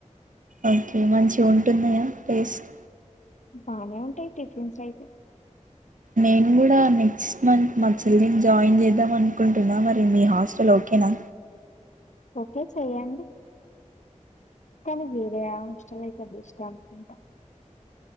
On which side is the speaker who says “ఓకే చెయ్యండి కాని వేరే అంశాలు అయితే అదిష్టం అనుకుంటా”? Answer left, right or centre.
Left